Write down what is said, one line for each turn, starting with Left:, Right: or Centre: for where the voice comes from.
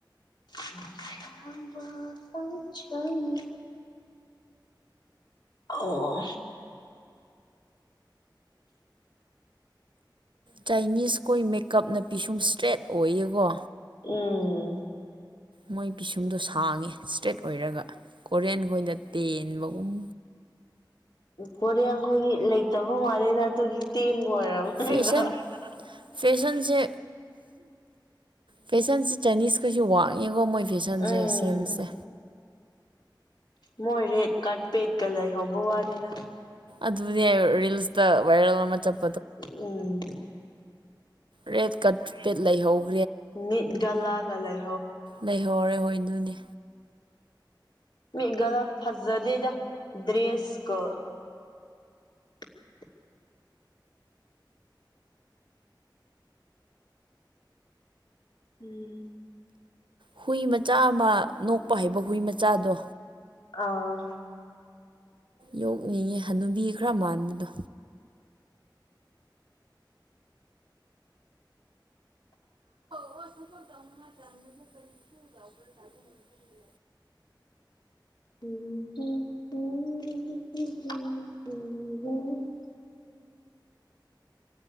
Left: ꯂꯨꯞꯈꯔꯕ ꯍꯛꯆꯥꯡꯅꯤ ꯑꯣ
Right: ꯆꯥꯏꯅꯤꯁ ꯈꯣꯏ ꯃꯦꯀꯞꯅ ꯄꯤꯁꯨꯝ ꯏꯁꯇ꯭ꯔꯦꯠ ꯑꯣꯏꯌꯦꯀꯣ
Left: ꯎꯝ
Right: ꯃꯣꯏ ꯄꯤꯁꯨꯝꯗꯣ ꯁꯥꯡꯉꯦ ꯏꯁꯇ꯭ꯔꯦꯠ ꯑꯣꯏꯔꯒ ꯀꯣꯔꯤꯑꯟ ꯈꯣꯏꯅ ꯇꯦꯟꯕꯒꯨꯝ
Left: ꯀꯣꯔꯤꯑꯟꯈꯣꯏꯒꯤ ꯂꯩꯇꯕ ꯃꯂꯦꯗ ꯑꯗꯨꯒꯤ ꯇꯦꯟ ꯕ ꯑꯣꯏꯔꯝꯅꯤꯗ
Right: ꯐꯦꯁꯟ ꯐꯦꯁꯟꯁꯦ ꯐꯦꯁꯟꯁꯦ ꯆꯥꯏꯅꯤꯁꯀꯩꯁꯨ ꯋꯥꯡꯉꯦꯀꯣ ꯃꯣꯏ ꯐꯦꯁꯟꯁꯦ
Left: ꯎꯝ
Right: ꯁꯦꯝꯁꯦ
Left: ꯃꯣꯏ ꯔꯦꯠ ꯀꯥꯔꯄꯦꯠꯀ ꯂꯩꯍꯧꯕ ꯋꯥꯅꯤꯗ
Right: ꯑꯗꯨꯅꯦ ꯔꯤꯜꯁꯗ ꯕꯥꯏꯔꯦꯜ ꯑꯃ ꯆꯠꯄ
Left: ꯎꯝ
Right: ꯔꯦꯠ ꯀꯠ ꯄꯦꯠ ꯂꯩꯍꯧ
Left: ꯃꯤꯠꯒ ꯂꯥꯒ ꯂꯩ
Right: ꯂꯩꯍꯧꯔꯦ ꯍꯣꯏꯗꯨꯅꯤ
Left: ꯃꯤꯒ ꯂꯒ ꯐꯖꯗꯦꯗ ꯗ꯭ꯔꯦꯁꯀ <inaudible> ꯎꯝ
Right: ꯍꯨꯏ ꯃꯆꯥ ꯑꯃ ꯅꯣꯛꯄ ꯍꯥꯏꯕ ꯍꯨꯏ ꯃꯆꯥꯗꯣ
Left: ꯑꯥ
Right: ꯌꯣꯛꯅꯤꯡꯉꯤ ꯍꯅꯨꯕꯤ ꯈꯔ ꯃꯥꯟꯕꯗꯣ <inaudible>
Left: ꯎ ꯎ ꯎ ꯎ ꯎ ꯎ ꯎ